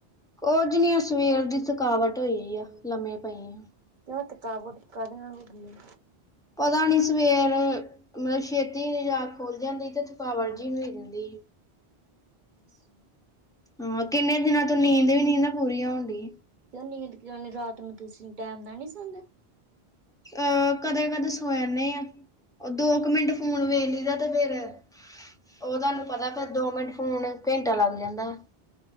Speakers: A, in the centre; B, on the right.
A: ਕੁਝ ਨਹੀਂ ਆ ਸਵੇਰ ਦੀ ਥਕਾਵਟ ਹੋਈ ਆ। ਲੰਮੇ ਪਏ ਆ।
B: ਕਿਉਂ? ਥਕਾਵਟ ਕਾਹਦੇ ਨਾਲ ਹੋਗੀ ਏ।
A: ਪਤਾ ਨੀ ਸਵੇਰ, ਮਤਲਬ ਛੇਤੀ ਜਾਕ ਖੋਲ ਜਾਂਦੀ ਥਕਾਵਟ ਜ ਵੀ ਹੋ ਦਿੰਦੀ।
B: ਅੱਛਾ।
A: ਹਾਂ, ਕਿੰਨੇ ਦਿਨਾਂ ਤੋਂ ਨੀਂਦ ਵੀ ਨਾ ਪੂਰੀ ਹੋਣ ਡਈ।
B: ਕਿਉ ਨੀਂਦ ਕਿਉਂ ਨੀ? ਰਾਤ ਨੂੰ ਤੁਸੀਂ ਟਾਈਮ ਦਾ ਨਹੀਂ ਸੌਦੇ।
A: ਅਹ ਕਦੇ-ਕਦੇ ਸੋ ਜਾਨੇ ਆ। ਉਹ ਦੋ ਕੁ ਮਿੰਟ ਫੋਨ ਵੇਖਲੀ ਦਾ ਤੇ ਫਿਰ ਉਹ ਤੁਹਾਨੂੰ ਪਤਾ ਫਿਰ ਦੋ ਮਿੰਟ ਫੋਨ ਘੰਟਾ ਲੱਗ ਜਾਂਦਾ।